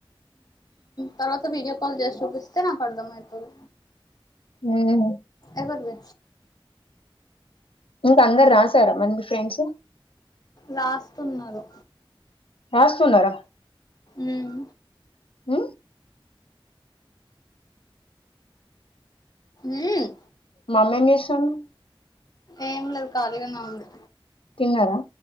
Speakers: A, on the left; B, on the left.
A: తర్వాత వీడియో కాల్ చేసి చూపిస్తే నాకు అర్ధం అయితది
B: ఉమ్
A: ఎవరిది
B: ఇంక అందరు రాసారా మరీ మీ ఫ్రెండ్స్
A: రాస్తున్నారు
B: రాస్తున్నారా
A: ఊమ్
B: ఉమ్
A: ఊమ్
B: మమ్మీ ఏంచేస్తున్
A: ఏమ్ లేద్ కాలిగానే ఉంది
B: తిన్నరా